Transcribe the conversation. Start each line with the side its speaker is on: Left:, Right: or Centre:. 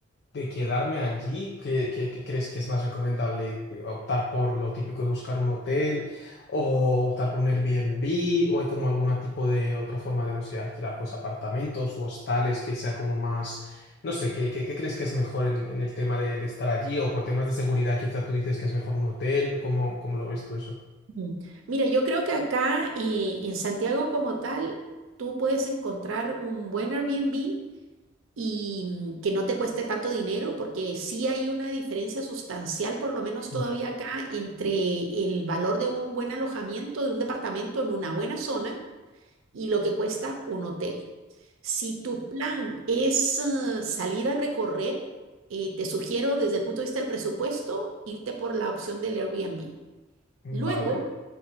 Left: de quedarme allí, ¿qué, qué- qué crees que es más recomendable? Eh, ¿Optar por lo típico de buscar un hotel o optar por un Airbnb o hay como algún tipo de otra forma de, no sé, alquilar pues apartamentos o hostales que sea como más, no sé, ¿qué, qué- qué crees que es mejor en, en el tema de, de estar allí o por temas de seguridad quizá tú dices que es mejor un hotel? ¿Cómo, cómo lo ves tú eso?
Right: Mm. Mira, yo creo que acá eh, en Santiago como tal, tú puedes encontrar un buen Airbnb y mm, que no te cueste tanto dinero, porque sí hay una diferencia sustancial, por lo menos todavía
Left: Mm,
Right: acá, entre el valor de un buen alojamiento, de un departamento en una buena zona y lo que cuesta un hotel. Si tu plan es eh, salir a recorrer, eh, te sugiero desde el punto de vista del presupuesto irte por la opción del Airbnb.
Left: mm,
Right: Luego,
Left: Vale.